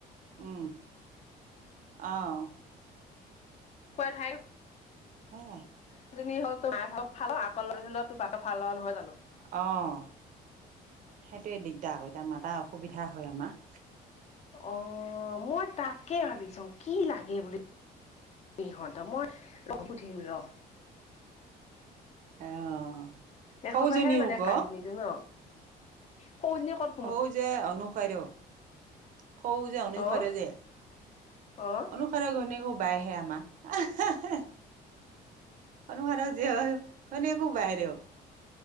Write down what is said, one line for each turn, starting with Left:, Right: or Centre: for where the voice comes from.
Right: উম, অ'।
Left: হয়াল ভাই।
Right: সেয়ে।
Left: হেইজনি হ'ল তোৰ মাকৰ ফালৰ আকৌ হ'লেও তোৰ বাপৰ ফালৰ নহয় জানো?
Right: অ' সেইটোয়ে দিগদাৰ আক এতিয়া মাতাৰ অসুবিধা হয় আমাৰ।
Left: অ' মই তাকে ভাবি চাওঁ কি লাগে বুলি। সিহঁত মই ৰ সুধিম ৰ।
Right: অ',
Left: এসপাহে
Right: সৰুজনীও
Left: মানে
Right: ক
Left: কাহিনী। ন' সৌজনী কৰ
Right: সৌ যে অনুসাইৰো সৌ যে অনুসাৰেযে
Left: অ' অ'
Right: অনুসাৰে ঘৈণীয়েকে বাইহে আমাৰ। অনুসাৰে ঘৈণীয়েকো বায়েৰেও,